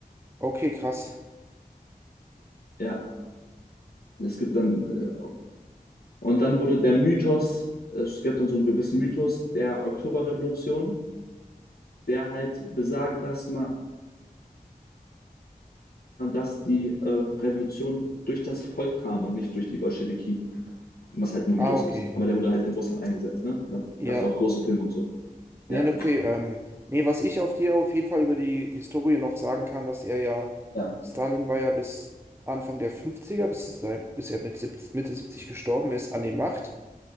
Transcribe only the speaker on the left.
Ja, es gibt dann, äh, und dann wurde der Mythos, es gibt dann so einen gewissen Mythos der Oktoberrevolution, der halt besagt, dass man dass die äh, Revolution durch das Volk kam und nicht durch die Bolschewiki, was halt nur
Mythos
ist. Aber der wurde halt in Russland eingesetzt, ne? Da
gab es auch große Filme und so. Ja,
ja,